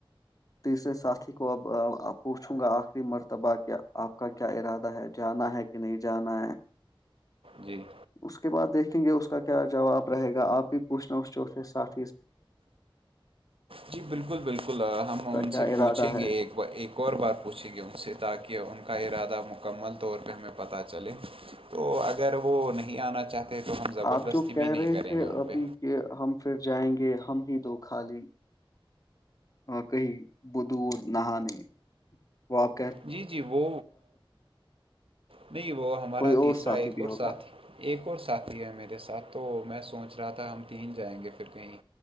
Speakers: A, on the left; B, on the right.
A: تیسرے ساتھی کو اب پوچھوں گا آخری مرتبہ کہ آپ کا کیا ارادہ ہے جانا ہے کہ نہیں جانا ہے
B: جی
A: اس کے بعد دیکھیں گے اس کا کیا جواب رہے گا آپ بھی پوچھنا اس چوتھے سٹھ
B: جی بالکل بالکل ہم ان
A: کیا
B: سے
A: ارادہ
B: پوچھیں
A: ہے
B: گے ایک اور بار پوچھیں گی ان سے تاکہ ان کا ارادہ مکمل طور پہ ہمیں پتا چلے تو اگر وہ نہیں آنا چاہتے تو ہم زبردستی
A: آپ جو کہہ
B: بھی نہیں
A: رہے
B: کریں
A: تھے
B: گے ان
A: ابھی
B: پہ
A: کہ ہم پھر جائیں گے ہم ہی دو خالی کہیں ب دور نہانے وپ
B: جی جی وہ نہیں وہ ہمارا
A: کوئی
B: تیسرا
A: اور ساتھی
B: ایک
A: بھی
B: اور
A: ہوگا
B: سات ہی ایک اور ساتھی ہے میرے ساتھ تو میں سوچ رہا تھا ہم تین جائیں گے پھر کہیں